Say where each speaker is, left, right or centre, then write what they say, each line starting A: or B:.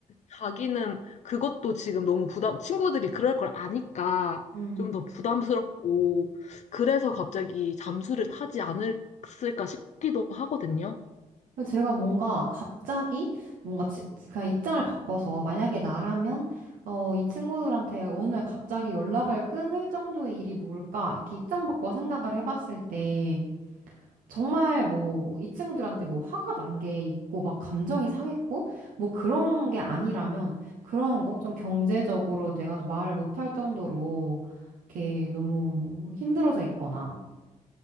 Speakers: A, on the left; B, on the right.
A: 자기는 그것도 지금 너무 부담, 친구들이 그럴 걸 아니까
B: 음.
A: 좀 더 부담스럽고 그래서 갑자기 잠수를 타지 않았을까 싶기도 하거든요.
B: 근데 제가 뭔가 갑자기 뭔가 치- 그냥 입장을 바꿔서 만약에 나라면 어, 이 친구들한테 어느 날 갑자기 연락을 끊을 정도의 일이 뭘까 이렇게 입장 바꿔 생각을 해봤을 때 정말 뭐 이 친구들한테 뭐 화가 난 게 있고 막 감정이 상했고 뭐 그런 게 아니라면 그런 거 좀 경제적으로 내가 말을 못할 정도로 이렇게 너무 힘들어져 있거나